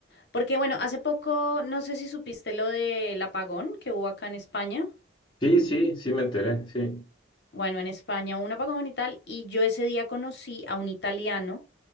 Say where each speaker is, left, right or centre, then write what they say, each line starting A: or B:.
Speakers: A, on the left; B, on the left.
A: Porque bueno, hace poco, no sé si supiste lo del apagón que hubo acá en España.
B: Sí, sí, sí me enteré, sí,
A: Bueno, en España hubo un apagón y tal, y yo ese día conocí a un italiano